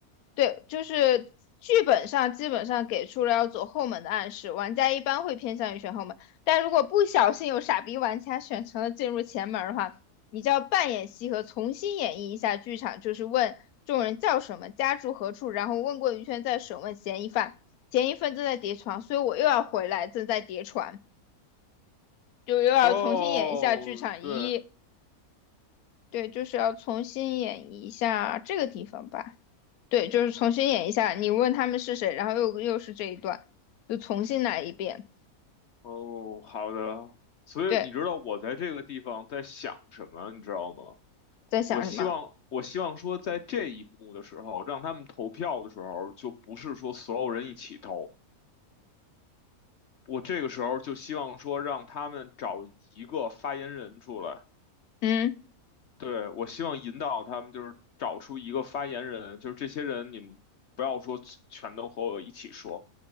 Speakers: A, on the left; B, on the left.
A: 对，就是剧本上基本上给出了要走后门的暗示，玩家一般会偏向于选后门，但如果不小心有傻逼玩家选成了进入前门的话，你就要扮演西河，重新演绎一下剧场，就是问众人叫什么，家住何处，然后问过一圈再审问嫌疑犯，嫌疑犯正在叠床，所以我又要回来，正在叠床，就又要重新演一下剧场一，
B: 哦，对，
A: 对，就是要重新演一下这个地方吧。对，就是重新演一下，你问他们是谁，然后又又是这一段，就重新来一遍。
B: 哦，好的。所以你知道我在这个地方在想什么，
A: 对，
B: 你知道吗？
A: 在想什么？
B: 我希望，我希望说，在这一幕的时候，让他们投票的时候，就不是说所有人一起投。我这个时候就希望说，让他们找一个发言人出来。
A: 嗯，
B: 对，我希望引导他们，就是找出一个发言人，就是这些人，你们不要说全都和我一起说，